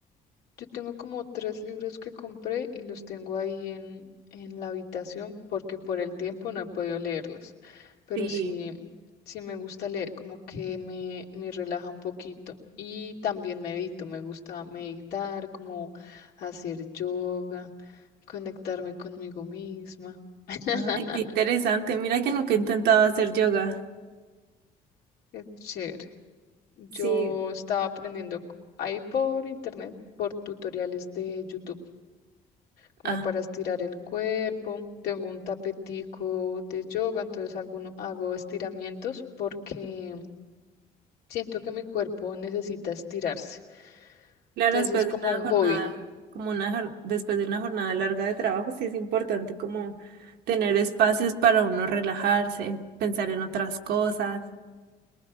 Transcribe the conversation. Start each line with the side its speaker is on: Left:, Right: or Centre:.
Left: Yo tengo como tres libros que compré y los tengo ahí en, en la habitación porque por el tiempo no he podido leerlos. Pero
Right: Sí.
Left: sí, sí me gusta leer, como que me, me relaja un poquito. Y también medito, me gusta meditar, como hacer yoga, conectarme conmigo misma. <laughs>
Right: Ay, qué interesante. Mira que nunca he intentado hacer yoga.
Left: Es chévere. Yo
Right: Sí.
Left: estaba aprendiendo ahí por internet, por tutoriales de YouTube. como
Right: Ah,
Left: para estirar el cuerpo. Tengo un tapetico de yoga, entonces alguno- hago estiramientos porque siento que mi cuerpo necesita estirarse.
Right: claro,
Left: Entonces,
Right: después
Left: como
Right: de una
Left: un
Right: jornada,
Left: hobby.
Right: como una, jor- después de una jornada larga de trabajo, sí es importante como tener espacios para uno relajarse, pensar en otras cosas.